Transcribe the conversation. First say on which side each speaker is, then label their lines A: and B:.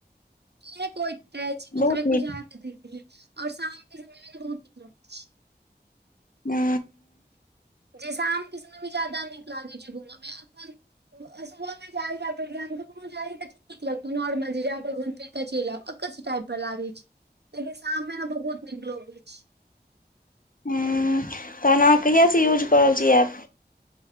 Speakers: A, on the right (about 70°); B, on the left (about 50°).
A: इहे को तऽ जीव
B: बहुत
A: सभ एको
B: नीक
A: देखै और शामके समय मे तऽ बहुत निक लग छै।
B: हू।
A: जैसाम किस भी जादा निक लागै छै, घूममे अखन सुभहमे जाइए पलक कोनो जाइ तऽ ठीक लगतौ नॉर्मल जे जा। कल पकच टाइप पर लागे।
B: <inaudible>
A: कि शाममे ने बहुत निक लोग छै।
B: ह, तहन अहाँ कहियासँ यूज कऽ रहल छी एऐप